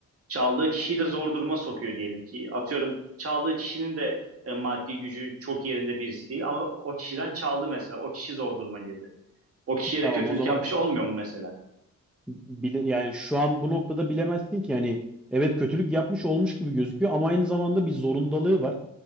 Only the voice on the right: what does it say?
çaldığı kişiyi de zor duruma sokuyor diyelim ki. Atıyorum çaldığı kişinin de e, maddi gücü çok yerinde birisi değil ama o kişiden çaldı mesela. O kişi zor duruma girdi o kişiye
de kötülük
yapmış
olmuyor mu mesela?